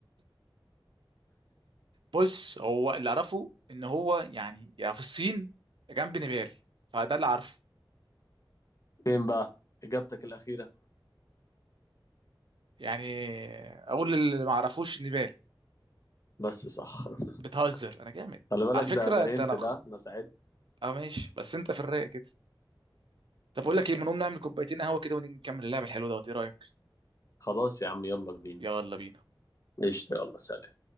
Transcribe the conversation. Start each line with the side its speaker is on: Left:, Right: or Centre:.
Right: بص هو اللي اعرفه ان هو يعني يا في الصين يا جنب نيبال فده اللي اعرفه
Left: فين بقى اجابتك الاخيرة
Right: يعني اقول اللي ما اعرفوش نيبال
Left: بس صح
Right: بتهزر
Left: <laughs>
Right: انا جامد
Left: خلي بالك
Right: على فكره
Left: ده ده هنت
Right: انت لو
Left: ده
Right: خ-
Left: انا ساعدت
Right: اه ماشي بس انت في الرايق كده طب اقول
Left: ماشي
Right: لك ايه ما
Left: يا
Right: نقوم
Left: عم
Right: نعمل كوبايتين قهوه كده ونيجي نكمل اللعب الحلو دوت ايه رايك
Left: خلاص يا عم يلا بينا
Right: يلا بينا
Left: قشطة يلا سلام